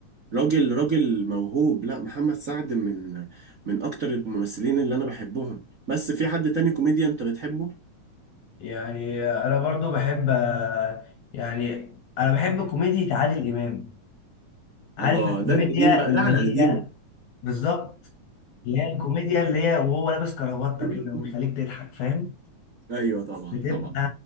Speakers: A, on the right; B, on the left.
A: راجل راجل موهوب لا محمد سعد من من اكتر الممثلين اللي انا بحبهم بس في حد تاني كوميديا انت بتحبه
B: يعني انا برضو بحب يعني انا بحب كوميديا عادل امام عارف
A: الله
B: الكوميديا
A: ده القديم بقى
B: اللي
A: ده على قديمه
B: هي بالظبط اللي هي الكوميديا اللي هي وهو لابس كرافتة كده
A: <clears throat>
B: ويخليك تضحك فاهم
A: ايوه طبعا
B: بتبقى
A: طبعا